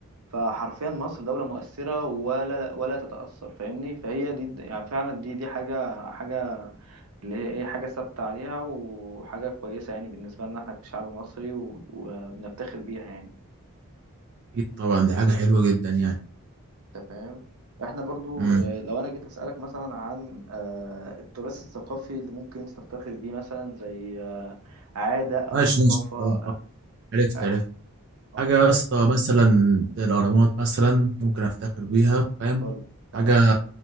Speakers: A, on the right (about 85°); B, on the right (about 50°).
A: فحرفيا مصر دولة مؤثرة ولا لا- ولا تتأثر فاهمني فهي دي يعني فعلا دي دي حاجة حاجة اللي هي ايه حاجة ثابتة عليها وحاجة كويسة يعني بالنسبة لنا احنا كشعب مصري و- وبنفتخر بيها يعني
B: بيه؟ طبعا دي حاجه حلوه جدا يعني
A: انت فاهم احنا برضو
B: امم
A: آه، لو انا جيت اسألك مثلا عن آه، التراث الثقافي اللي ممكن انت تفتخر بيه مثلا زي آه، عادة او
B: ماشي
A: ثقافة
B: ماشي
A: آه،
B: طبعاً، طبعاً. عرفت
A: أح-
B: عرفت
A: اه
B: حاجه يا اسطى مثلا زي الاهرامات مثلا ممكن افتخر بيها فاهم
A: فل- تمام
B: حاجه